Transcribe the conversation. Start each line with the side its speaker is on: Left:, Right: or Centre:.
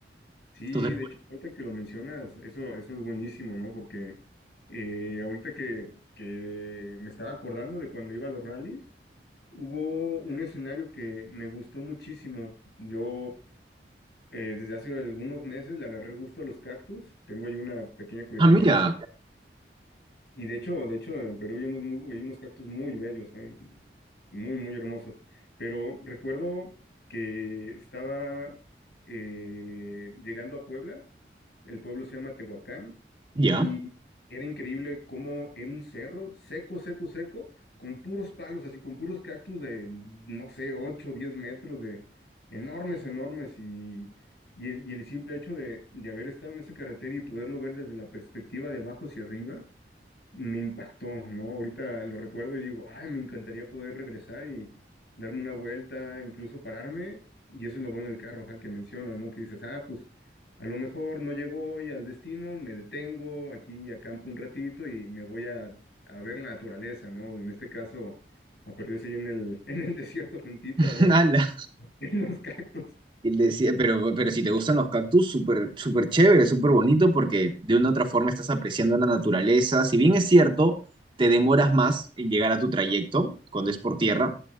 Left: Sí,
Right: Entonces,
Left: de hecho, ahorita que lo mencionas, eso, eso es buenísimo, ¿no? Porque eh, ahorita que, que me estaba acordando de cuando iba a los rallies, hubo un escenario que me gustó muchísimo. Yo eh, desde hace algunos meses le agarré gusto a los cactus. Tengo ahí una pequeña colección
Right: ah, mira,
Left: de cactus. Y de hecho, de hecho, en Perú hay unos, mu- hay unos cactus muy bellos, ¿eh? Muy, muy hermosos. Pero recuerdo que estaba eh, llegando a Puebla. El pueblo se llama Tehuacán.
Right: ya.
Left: Y era increíble cómo era un cerro seco, seco, seco, con puros palos, así con puros cactus de, no sé, 8 10 metros, de enormes, enormes. Y, y el, y el simple hecho de, de haber estado en esa carretera y poderlo ver desde la perspectiva de abajo hacia arriba, me impactó, ¿no? Ahorita lo recuerdo y digo, ay, me encantaría poder regresar y darme una vuelta, incluso pararme, y eso es lo bueno del carro, o sea, que mencionas, ¿no? Que dices, ah, pues a lo mejor no llego hoy al destino, me detengo aquí y acampo un ratito y me voy a, a ver la naturaleza, ¿no? En este caso, a perderse ahí en el, <laughs> en el desierto tantito,
Right: <laughs>
Left: a ver,
Right: Ala.
Left: <laughs> en los cactus.
Right: Y le decía, pero, pero si te gustan los cactus, súper, súper chévere, súper bonito, porque de una u otra forma estás apreciando la naturaleza. Si bien es cierto, te demoras más en llegar a tu trayecto cuando es por tierra,